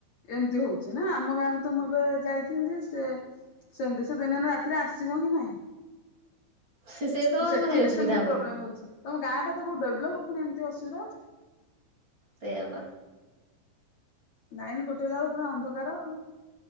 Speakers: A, on the left; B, on the right.
A: ଏମିତି ହଉଛି ନା ଆମ ଗାଁକୁ ତ ମୁଁ ଏବେ ଯାଇଥିଲି ଯେ ସେ ସେମିତି ସେ ଦିନ ରାତିରେ ଆସିବ ହିଁ ନାହିଁ
B: ସେ ସେ ତ
A: ଓ ସେଠି
B: ଭାରି
A: ବି
B: ଅସୁବିଧା
A: ସେମିତି
B: ହବ
A: ପ୍ରୋବ୍ଲେମ ହଉଛି ତମ ଗାଁ ଟାବୁ ଡେଲପବୁ ଏମି ଅସୁବିଧାଉଛି
B: ସେ ବା
A: ନାଇଁନି ଗୋଟେ ବେ ହେଲା ପୁରା ଅନ୍ଧକାର ଆଉ